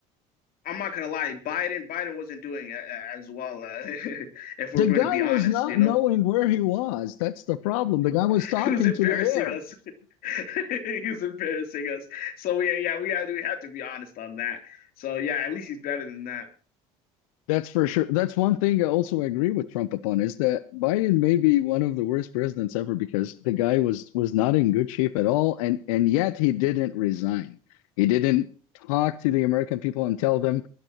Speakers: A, on the left; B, on the left.
A: I'm not gonna lie, Biden Biden wasn't doing a- a- as well. Uh, <laughs> if we're
B: The
A: going
B: guy
A: to be honest,
B: was not
A: you know,
B: knowing where he was. That's the problem. The guy
A: <laughs>
B: was talking
A: he was embarrassing
B: to the air.
A: us. <laughs> <laughs> He was embarrassing us. So we yeah we have we have to be honest on that. So yeah, at least he's better than that.
B: That's for sure. That's one thing I also agree with Trump upon is that Biden may be one of the worst presidents ever because the guy was was not in good shape at all, and and yet he didn't resign. He didn't talk to the American people and tell them,